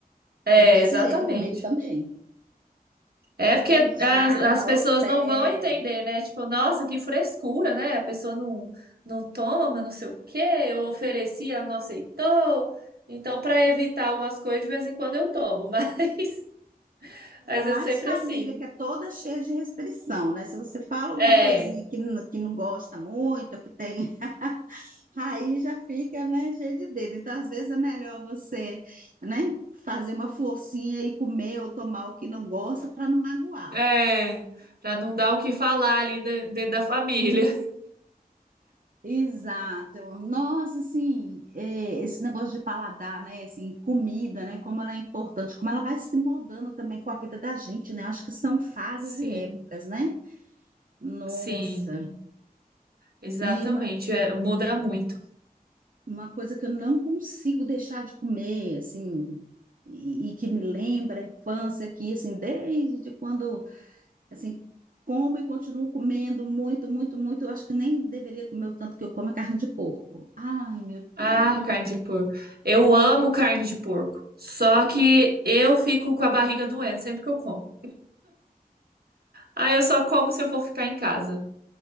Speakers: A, on the right; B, on the right.
A: É,
B: É desse
A: exatamente.
B: jeito comigo também.
A: É porque
B: Lanchar,
A: as, as pessoas
B: hotel,
A: não vão entender, né? Tipo, nossa, que frescura, né? A pessoa não, não toma, não sei o quê, eu ofereci, ela não aceitou. Então, para evitar algumas coisas, de vez em quando eu tomo, mas, <laughs>
B: ainda
A: mas
B: mais
A: é sempre
B: família
A: assim.
B: que é toda cheia de restrição, né? Se você fala alguma
A: É,
B: coisinha que, n- que não gosta muito, que tem, <laughs> aí já fica, né, cheio de dedo. Então, às vezes é melhor você, né, fazer uma forcinha e comer ou tomar o que não gosta para não magoar.
A: é, para não dar o que falar ali de- dentro da família.
B: Exato. Nossa, assim, é, esse negócio de paladar, né? Assim, comida, né? Como ela é importante, como ela vai se moldando também com a vida da gente, né? Acho que são fases
A: Sim,
B: e épocas, né? Nossa.
A: sim, exatamente.
B: E uma,
A: É, muda muito.
B: uma coisa que eu não consigo deixar de comer, assim, e, e que me lembra a infância aqui, assim, desde quando, assim, como e continuo comendo muito, muito, muito. Eu acho que nem deveria comer o tanto que eu como a carne de porco. Ai, meu
A: Ah,
B: Deus.
A: carne de porco. Eu amo carne de porco. Só que eu fico com a barriga doendo sempre que eu como. Ah, eu só como se eu for ficar em casa.